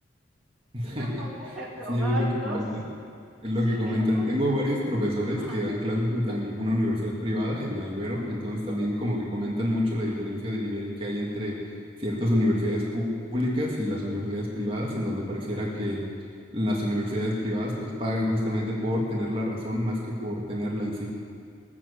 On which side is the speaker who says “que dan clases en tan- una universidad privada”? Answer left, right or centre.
Right